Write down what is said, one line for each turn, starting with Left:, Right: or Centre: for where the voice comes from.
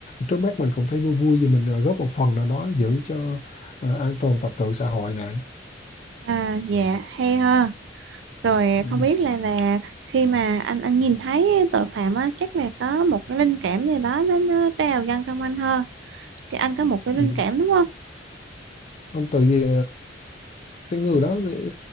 Left: trước mắt mình cũng thấy vui vui vì mình ờ, góp một phần nào đó giữ cho ờ, an toàn trật tự xã hội này
Right: à, dạ, hay ha. Rồi
Left: Ừ.
Right: không biết là là khi mà anh anh nhìn thấy tội phạm á, chắc là có một cái linh cảm gì đó nó, nó trào dâng trong anh hơn. Cái anh có một cái
Left: Ừ.
Right: linh cảm đúng không?
Left: Ông tự gì cái người đó thì